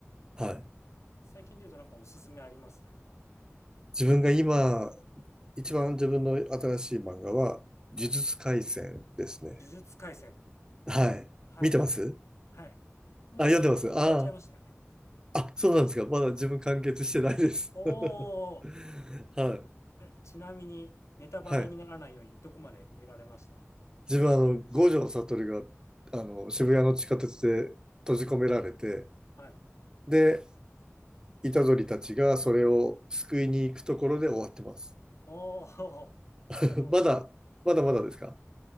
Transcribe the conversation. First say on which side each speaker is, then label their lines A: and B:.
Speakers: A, on the right; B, on the left.
A: はい。
B: 最近で言うとなんかおすすめあります？
A: 自分が今、一番自分の新しい漫画は、呪術廻戦ですね。
B: はい。呪術廻戦。
A: はい。
B: はい、
A: 見てます
B: はい。もうあれ、
A: あ、読んでますあ
B: でも終わっちゃいましたよね。
A: ああ、そうなんですか。まだ自分完結してないです。
B: おお
A: <laughs> はい。
B: え、ちなみに、ネタバレにならないようにどこまで見られました？
A: はい。自分はあの、五条悟が、あの、渋谷の地下鉄で閉じ込められて、
B: はい。
A: で、虎杖たちがそれを救いに行くところで終わってます。
B: おお。<laughs>
A: <laughs>
B: じゃあもう、
A: まだ、まだまだですか